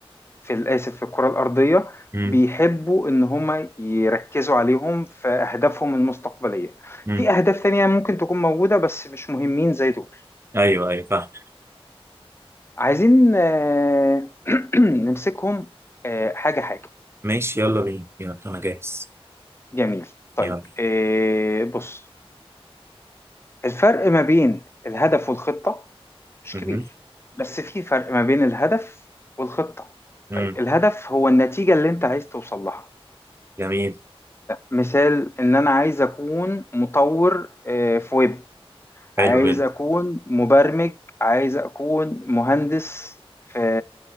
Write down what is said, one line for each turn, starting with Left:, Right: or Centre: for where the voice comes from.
Left: في الآسف في الكرة الأرضية
Right: امم
Left: بيحبوا إن هما يركزوا عليهم في أهدافهم المستقبلية
Right: امم
Left: في أهداف تانية ممكن تكون موجودة بس مش مهمين زي دول
Right: ايوه ايوه فاهم
Left: عايزين آه، <clears throat> نمسكهم آه، حاجة حاجة
Right: ماشي يلا بينا يلا انا جاهز
Left: جميل طيب
Right: يلا
Left: آه، بص الفرق ما بين الهدف والخطة مش
Right: امم
Left: كبير بس في فرق ما بين الهدف والخطة
Right: امم
Left: الهدف هو النتيجة اللي انت عايز توصل لها
Right: جميل
Left: مثال ان انا عايز اكون مطور آه، في ويب
Right: حلو
Left: عايز
Right: جدا
Left: اكون مبرمج عايز اكون مهندس في